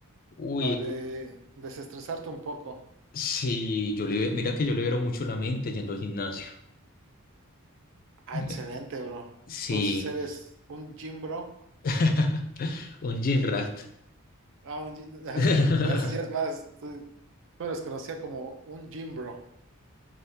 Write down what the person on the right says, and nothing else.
para de- desestresarte un poco?
Ah,
excelente, bro.
Entonces eres un gym bro.
Ah, un gym- <laughs>
Gracias, ya es más. Tú me los conocía como un gym bro.